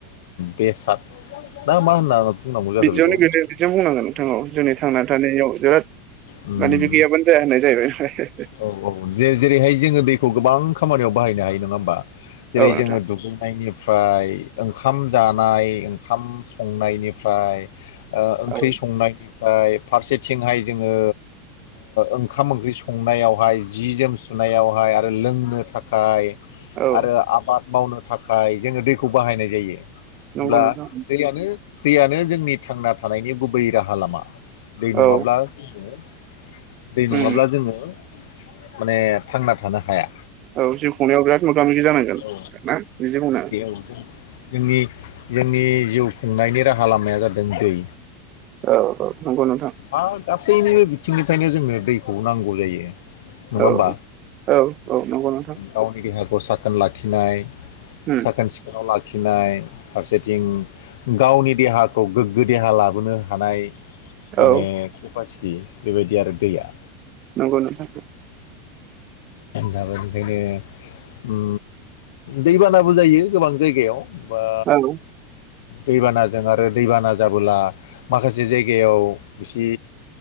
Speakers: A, on the left; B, on the right.
A: बेसाद बा मा <unintelligible>
B: बिदियावनो
A: बेखौ
B: बेनो बिदियाव बुंनांगोन नोंथां औ जोंनि थांना थानायाव बिराद
A: उम
B: माने बि गैयाबानो जाया होननाय जाहैबाय ओमफ्राय
A: औ औ जेरैहाय जोङो दैखौ गोबां खामानियाव बाहायनो हायो नङा होमबा जेरै
B: औ नोंथां
A: जोङो दुगैनायनि ओमफ्राय ओंखाम जानाय ओंखाम संनायनिफ्राय ओंख्रि
B: औ
A: संनायनिफ्राय फारसेथिंहाय जोङो ओंखाम ओंख्रि संनायावहाय जि जोम सुनायावहाय आरो लोंनो थाखाय
B: औ
A: आरो आबाद मावनो थाखाय जोङो दैखौ बाहायनाय जायो होमब्ला
B: नंगौ नोंथां
A: दैया दैयानो जोंनि थांना थानायनि गुबै राहा लामा दै नङाब्ला
B: औ
A: जोङो दै नङाब्ला
B: उम
A: जोङो माने थांना थानो हाया
B: औ जिउ खुंनायाव बिराद मोगा मोगि जानांगोन
A: औ
B: ना बिदि बुंनो
A: <unintelligible> जोंनि जोंनि जिउ खुंनायनि राहा लामाया जादों दै
B: औ-औ नंगौ नोंथां
A: ह गासैनिबो बिथिंनिफ्रायनो जोंनो दैखौ नांगौ जायो नङा
B: औ
A: होमबा
B: औ औ नंगौ नोंथां
A: गावनि देहाखौ साखोन लाखिनाय
B: उम
A: साखोन सिखोनाव लाखिनाय फारसेथिं गावनि देहाखौ गोग्गो देहा लाबोनो हानाय माने
B: औ
A: केपासिटि बेबायदि आरो दैया
B: नंगौ नोंथां
A: दाबो ओंखायनो दैबानाबो जायो गोबां जायगायाव बा
B: औ
A: दैबानाजों आरो दैबाना जाबोला माखासे जायगायाव एसे